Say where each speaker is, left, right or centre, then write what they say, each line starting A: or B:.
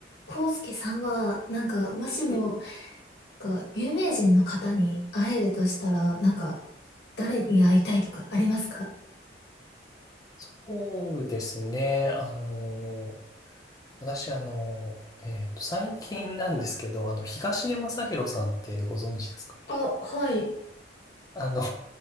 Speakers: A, on the left; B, on the left.
A: コウスケさんは、なんか、もしも、
B: はい、
A: なんか、有名人の方に会えるとしたら、なんか、誰に会いたいとかありますか
B: そうですね。あの、私、あの、えっと、最近なんですけど、あの、東出昌大さんってご存知ですか
A: あ、はい。
B: あの、